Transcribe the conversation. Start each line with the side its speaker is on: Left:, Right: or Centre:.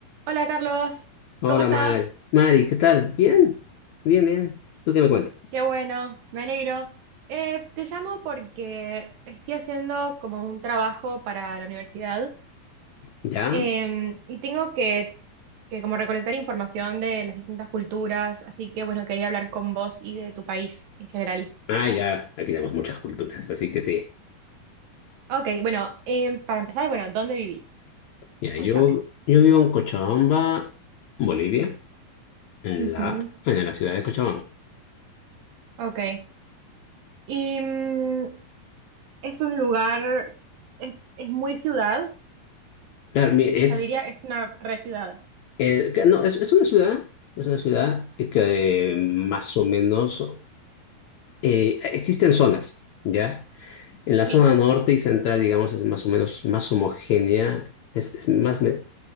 Right: Hola Carlos,
Left: Hola,
Right: ¿cómo estás?
Left: Mari. Mari, ¿qué tal? Bien, bien, bien. ¿Tú qué me cuentas?
Right: Qué bueno, me alegro. Eh, te llamo porque estoy haciendo como un trabajo para la universidad
Left: ¿Ya?
Right: eh, y tengo que, que como recolectar información de las distintas culturas, así que bueno, quería hablar con vos y de tu país en general.
Left: Ah, ya. Aquí tenemos muchas culturas, así que sí.
Right: Ok, bueno, eh, para empezar, bueno, ¿dónde vivís?
Left: Ya,
Right: Contame.
Left: yo, yo vivo en Cochabamba, Bolivia, en
Right: Ujú,
Left: la, en la ciudad de Cochabamba.
Right: Ok. Y mm, es un lugar, es, es muy ciudad, o
Left: Claro, mi- es,
Right: sea, diría, es una re ciudad.
Left: eh, que no, es, es una ciudad, es una ciudad que eh, más o menos eh, existen zonas, ¿ya? En la zona
Right: Sí.
Left: norte y central, digamos, es más o menos más homogénea, es, es más, me-